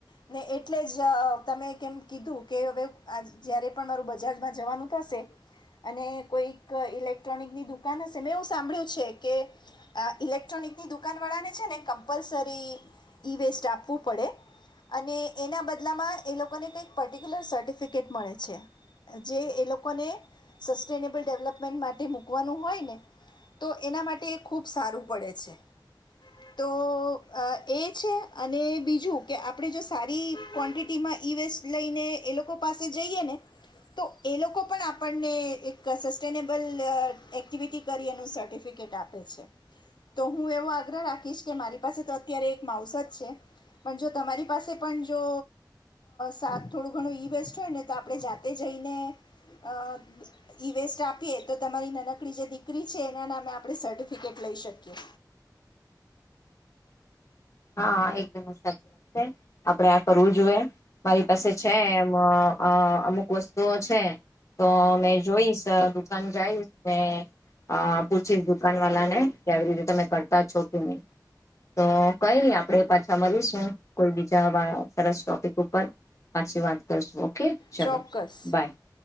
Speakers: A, on the left (about 85°); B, on the left (about 45°).
A: ને એટલે જ તમે કેમ કીધું કે હવે આ જ્યારે પણ મારું બજારમાં જવાનું થશે અને કોઈક ઇલેક્ટ્રોનિકની દુકાન હશે મેં એવું સાંભળ્યું છે. કે ઇલેક્ટ્રોનિકની દુકાનવાળાને છે ને કમ્પલસરી ઈ વેસ્ટ આપવું પડે અને એના બદલામાં એ લોકોને કંઈક પર્ટિક્યુલર સર્ટિફિકેટ મળે છે, જે એ લોકોને સસ્ટેનેબલ ડેવલપમેન્ટ માટે મૂકવાનું હોય ને તો એના મા ટે ખૂબ સારું પડે છે તો એ છે, અને બીજું કે આપણે જો સારી ક્વોન્ટિટીમાં ઈ વેસ્ટ લઈને એ લોકો પાસે જઈએ ને તો એ લોકો પણ આપણને એક સસ્ટેનેબલ એક્ટિવિટી કરી એનું સર્ટિફિકેટ આપે. આપે છે, તો હું એવો આગ્રહ રાખીશ કે મારી પાસે તો અત્યારે એક માવસ જ છે પણ જો તમારી પાસે પણ જો શાક થોડું ઘણું ઇ વસ્ટ હોય ને તો આપણે જાતે જઈને. અ ઈ વેસ્ટ આપીએ તો તમારી નનકડી જે દીકરી છે એના નામે આપણે સર્ટફ ટિકિટ લઈ શકીએ.
B: હા એકદમ જ સાચી વાત છે આપડે કરવું જોઈએ મારી પાસે છે એમ અ અમુક વસ્તુ. તો છે તો ને જોઈશ અહ દુકાન જાઈશ ને અહ પૂછીશ દુકાન વાલા ને કે આવી રીત તમે કરતા છો કે નહી, તો કંઈ નઈ આપણેે પાછા મલીશું. કોઈ બીજા વા સરસ ટોપિક ઉપર પાછી વાત કરશું. ઓકે ચલો
A: ચોક્કસ,
B: બાય